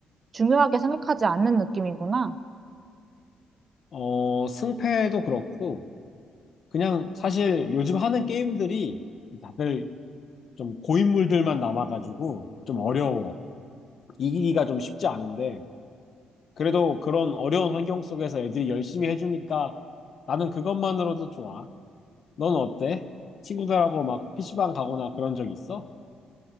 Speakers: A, on the right; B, on the left.
A: 중요하게 생각하지 않는 느낌이구나.
B: 어, 승패도 그렇고 그냥 사실 요즘 하는 게임들이 다들 좀 고인물들만 남아가지고 좀 어려워. 이기기가 좀 쉽지 않은데 그래도 그런 어려운 환경 속에서 애들이 열심히 해주니까 나는 그것만으로도 좋아. 넌 어때? 친구들하고 막 PC방 가거나 그런 적 있어?